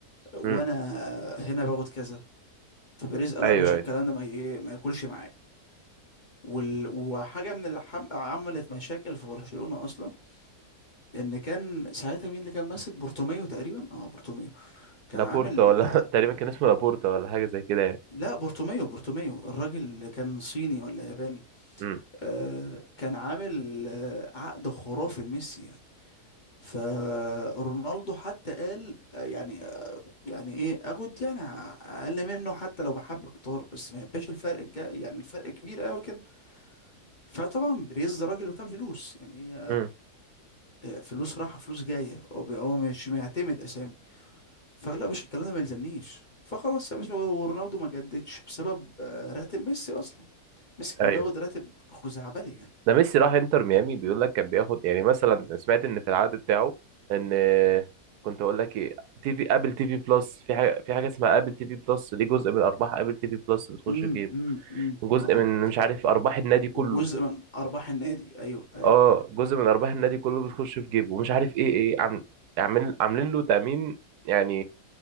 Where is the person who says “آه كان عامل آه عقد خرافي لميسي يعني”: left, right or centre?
Left